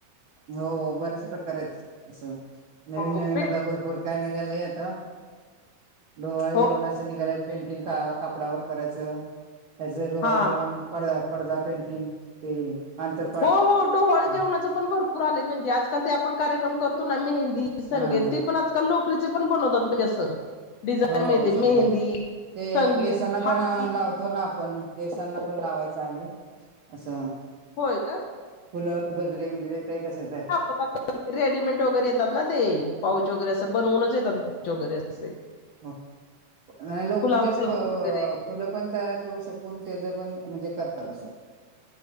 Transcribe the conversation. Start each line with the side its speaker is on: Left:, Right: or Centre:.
Right: हो बरेच प्रकार आहेत, असं नवीन
Left: हो
Right: नवीन
Left: पे
Right: आता भरपूर काय निघाले आहेत. डोहाळी
Left: हो
Right: जेवणाच निघालायच पेंटिंग कापडावर करायचं. हयाज अ डोहाळे
Left: हा
Right: जेवण, पड पडदा पेंटिंग ते आंतरपाठ
Left: हो हो, डोहाळे
Right: हा
Left: जेवणाच पण भरपूर आलेत म्हणजे आजकाल ते आपण कार्यक्रम करतो ना, मेहंद दी, संगीत
Right: हा.
Left: ते पण आजकाल लोकरीचे पण बनवतात म्हणजे असं. डिझाईन
Right: हो
Left: मेहंदी
Right: सगळं,
Left: मेहंदी
Right: ते
Left: संगीत
Right: केसांना
Left: हळदी
Right: पण लावतो ना आपण केसांना पण लावायच आहे आसं.
Left: होय का!
Right: तर गजरे बीजरे ते तसेच आहे
Left: ह.. <unintelligible> रेडीमेट वगैरे येतात ना ते, पाऊच वगैरे असं बनवूनच येतात पाऊच वगैरे असे.
Right: हा. लोकरी
Left: फुला
Right: चे
Left: फुला
Right: असे
Left: वगैरे
Right: फुलं पण, तयार करू शकून त्याच पण म्हणजे करतात आस.